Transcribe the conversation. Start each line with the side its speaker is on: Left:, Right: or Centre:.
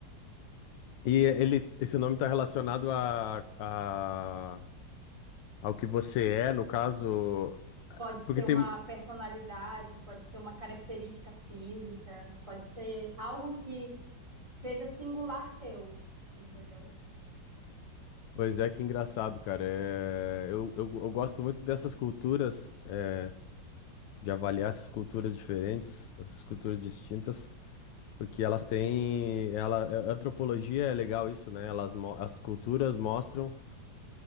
Left: E ele, esse nome está relacionado a, a, ao que você é, no caso.
Right: Pode
Left: Porque
Right: ser
Left: tem.
Right: uma personalidade, pode ser uma característica física, pode ser algo que seja singular teu, entendeu?
Left: Pois é, que engraçado, cara. É, eu, eu, eu gosto muito dessas culturas, é, de avaliar essas culturas diferentes, essas culturas distintas. Porque elas têm, ela, a antropologia é legal isso, né? Elas, mo- as culturas mostram